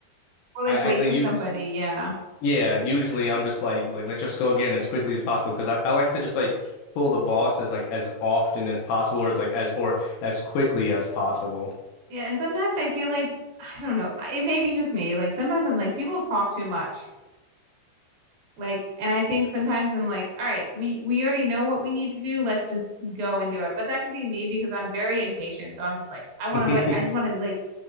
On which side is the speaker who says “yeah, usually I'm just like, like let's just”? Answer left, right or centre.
Left